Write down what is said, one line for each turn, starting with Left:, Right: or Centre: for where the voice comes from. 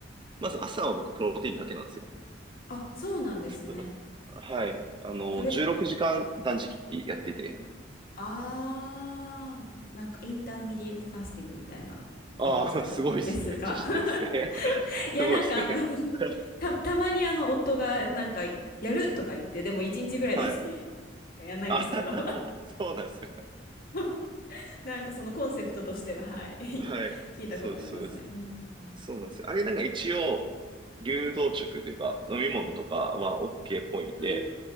Right: まず朝は僕プロテインだけなんですよ。
Left: あ、そうなんですね。
Right: プロはい。あの、
Left: それっ
Right: 16時間断食やってて。
Left: あー、なんかインターミディエイトファスティングみたいなやつですか
Right: ああ、すごいですね。めっちゃ知ってるっすね。
Left: <laughs>
Right: <laughs>
Left: いや、
Right: すごいですね。
Left: なんかあの <laughs>
Right: <laughs>
Left: た、たまにあの夫がなんかやるとか言って、でも1日ぐらいだけ
Right: はい。
Left: <laughs> やんないんですけど
Right: あ、<laughs> そうなんですか。
Left: <laughs> なんかそのコンセプトとしては、はい <laughs>
Right: はい。
Left: 聞いたことありますね。
Right: そうです、そうです。
Left: うん。
Right: そうなんですよ。あれなんか一応、流動食というか、飲み物とかは OK っぽいんで、
Left: うー